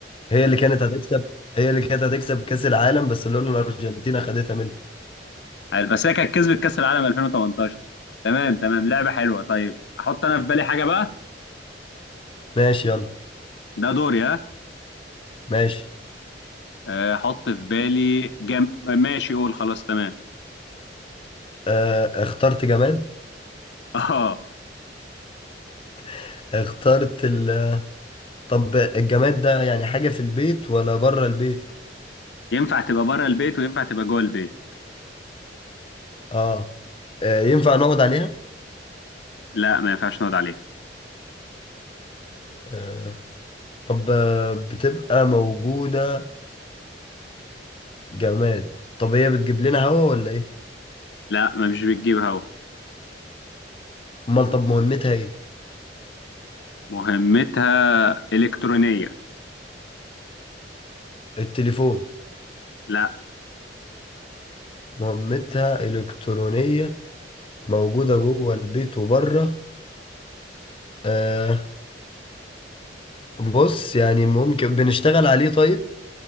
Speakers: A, on the left; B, on the left.
A: هي اللي كانت هتكسب هي اللي كانت هتكسب كأس العالم بس لولا الأرجنتين خدتها منها
B: طيب بس هي كانت كسبت كأس العالم 2018 تمام تمام لعبة حلوة طيب احط انا في بالي حاجة بقى
A: ماشي يلا
B: ده دوري ها
A: ماشي
B: آه، احط في بالي جم... ماشي قول خلاص تمام
A: آه اخترت جماد
B: اه
A: <laughs> اخترت ال طب الجماد ده يعني حاجة في البيت ولا بره البيت؟
B: ينفع تبقى بره البيت وينفع تبقى جوه البيت
A: اه آه، ينفع نقعد عليها؟
B: لا ما ينفعش نقعد عليها
A: آه. طب آه، بتبقى موجودة جماد طب هي بتجيب لنا هوا ولا ايه؟
B: لا ما مش بتجيب هوا
A: امال طب مهمتها ايه؟
B: مهمتها إلكترونية
A: التليفون
B: لا
A: مهمتها إلكترونية موجودة جوه البيت وبره آه. بص يعني ممكن بنشتغل عليه طيب؟